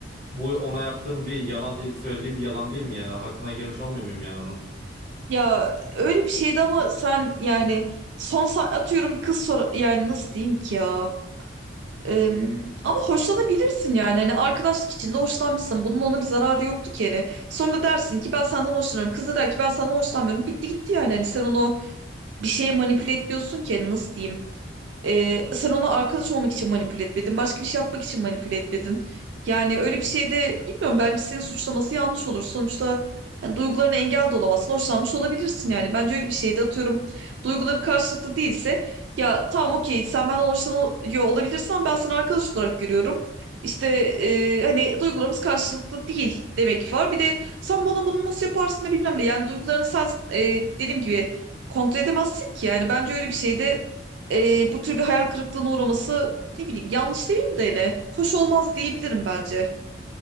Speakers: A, on the right (about 45°); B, on the right (about 70°).
A: bu ona yaptığım bir yalan, e, söylediğim bir yalan değil mi yani? Hakkına girmiş olmuyor muyum yani onun?
B: Ya öyle bir şeydi ama sen yani son sa- atıyorum kız sor yani nasıl diyeyim ki ya? Eee, ama hoşlanabilirsin yani. Hani arkadaşlık içinde hoşlanmışsın. Bunun ona bir zararı yoktu ki hani. Sonra dersin ki ben senden hoşlanıyorum. Kız da der ki ben senden hoşlanmıyorum. Bitti gitti yani. Hani sen onu bir şeye manipüle ediyorsun ki hani nasıl diyeyim. Ee, sen onu arkadaş olmak için manipüle etmedin. Başka bir şey yapmak için manipüle etmedin. Yani öyle bir şeyde bilmiyorum bence senin suçlaması yanlış olur. Sonuçta hani duygularına engel de olamazsın. Hoşlanmış olabilirsin yani. Bence öyle bir şeyde atıyorum. Duyguları karşılıklı değilse ya tamam okey sen benden hoşlanıyor olabilirsin ama ben seni arkadaş olarak görüyorum. İşte e, hani duygularımız karşılıklı değil demek var. Bir de sen bana bunu nasıl yaparsın da bilmem ne. Yani duygularını sen e, dediğim gibi kontrol edemezsin ki. Yani bence öyle bir şeyde e, bu tür bir hayal kırıklığına uğraması ne bileyim yanlış demeyeyim de hani hoş olmaz diyebilirim bence.